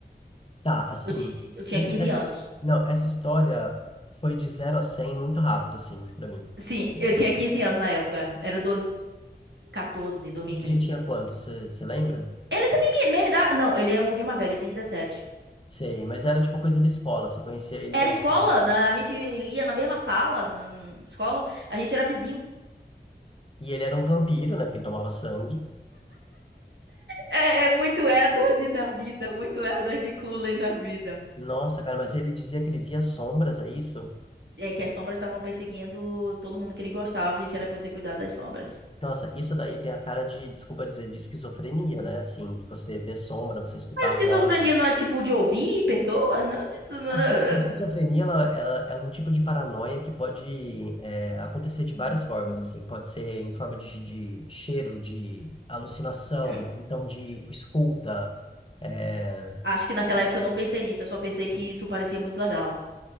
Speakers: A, on the left; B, on the right.
A: Tá, assim,
B: Eu, ti- eu tinha
A: esse,
B: 15
A: essa,
B: anos.
A: não, essa história foi de zero a 100 muito rápido, assim, pra mim.
B: Sim,
A: É,
B: eu tinha 15 anos na época. Era 2014,
A: E
B: quinze
A: ele tinha quanto, você lembra?
B: Ele também me, me me dá. Não, ele é um pouquinho mais velho, ele tinha dezessete
A: Sei, mas era tipo coisa da escola, você conhecia ele
B: Era
A: da escola.
B: escola, né? A gente ia na mesma sala, na escola, a gente era vizinho.
A: E ele era um vampiro, né, porque ele tomava sangue.
B: É, é muito Edward na vida, muito Edward Cullen na vida.
A: Nossa, cara, mas ele dizia que ele via sombras, é isso?
B: É que as sombras estavam perseguindo todo mundo que ele gostava e que era pra eu ter cuidado das sombras.
A: Nossa, isso daí tem a cara de, desculpa dizer, de esquizofrenia, né? Assim, você vê sombra, você escutar
B: Mas esquizofrenia
A: vozes.
B: não é tipo de ouvir pessoas, não? Disso não-
A: A esqui- a esquizofrenia, ela, ela é um tipo de paranoia que pode é, acontecer de várias formas, assim. Pode ser em forma de, de cheiro, de alucinação,
B: Hum.
A: então de escuta. é,
B: Acho que naquela época eu não pensei nisso, eu só pensei que isso parecia muito legal.